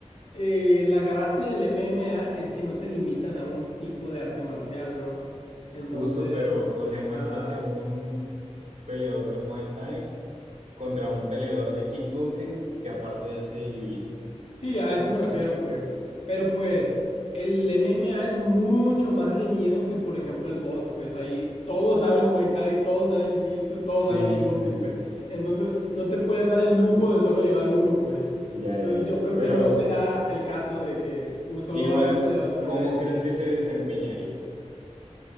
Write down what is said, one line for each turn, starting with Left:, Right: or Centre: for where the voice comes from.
Left: eh, la gracia del MMA es que no te limitan a un tipo de arte marcial, ¿no? Entonces,
Right: justo, pero, o sea, imagínate
Left: ajá.
Right: un peleador de Muay Thai contra un peleador de kickboxing que aparte hace Jiu-Jitsu.
Left: Sí, a eso me refiero, pues. Pero pues, el MMA es mucho más reñido que, por ejemplo, el box, pues ahí todos saben Muay Thai, todos saben Jiu-Jitsu, todos
Right: Sí,
Left: saben kickboxing,
Right: sí, sí, sí,
Left: pues.
Right: sí.
Left: Entonces, no te puedes dar el lujo de solo llevar uno, pues.
Right: Ya,
Left: Entonces,
Right: ya, ya.
Left: yo creo
Right: Pero
Left: que no se da el caso de que uh, solo
Right: igual,
Left: vaya un peleador de Muay
Right: ¿cómo
Left: Thai.
Right: crees que se desempeñaría?